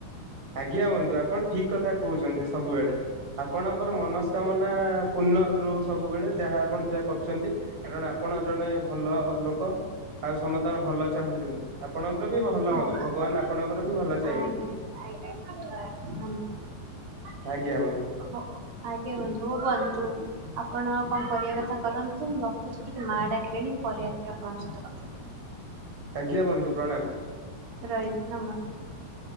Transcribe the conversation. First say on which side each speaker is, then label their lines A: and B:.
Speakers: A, on the right; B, on the right.
A: ଆଜ୍ଞା, ବନ୍ଧୁ ଆପଣ, ଠିକ୍ କଥା କହୁଛନ୍ତି ସବୁବେଳେ। ଆପଣଙ୍କର ମନସ୍କାମନା ପୂର୍ଣ ରହୁ ସବୁବେଳେ, ଯାହା ଆପଣ ଯାହା କରୁଛନ୍ତି। କାରଣ, ଆପଣ ଜଣେ ଭଲ ଲୋକ। ଆଉ ସମସ୍ତଙ୍କର ଭଲ ଚାହୁଁଛନ୍ତି। ଆପଣଙ୍କର ବି ଭଲ ହବ
B: ଆଜ୍ଞା
A: ଭଗବାନ ଆପଣଙ୍କର ବି ଭଲ ଚାହିଁବେ।
B: ଆଜ୍ଞା ଆଜ୍ଞା ଧନ୍ୟବାଦ।
A: ଆଜ୍ଞା, ମାମ୍।
B: ହ ଆଜ୍ଞା ବନ୍ଧୁ ଉ ବନ୍ଧୁ ଆପଣ କଣ କରିବା କଥା କରନ୍ତୁ? ମୁଁ ରଖୁଛି ଟିକେ ମା ଡାକିଲେଣି ପରେ ଆସି ଆପଣଙ୍କ ସହିତ କଥା।
A: ଆଜ୍ଞା, ବନ୍ଧୁ ପ୍ରଣାମ।
B: ରହିଲି ନମସ୍କାର।